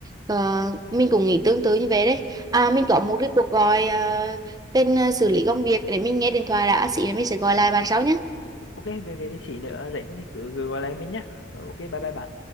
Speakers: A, on the right; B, on the left.
A: ờ, mình cũng nghĩ tương tự như vậy đấy. À, mình có một cái cuộc gọi ờ, tên ờ, xử lý công việc để mình nghe điện thoại đã. À, Xí là mình sẽ gọi lại bạn sau nhé.
B: ok về về thì chị nữa rảnh thì cứ, cứ gọi lại mình nhá Ờ, ok bye bye bạn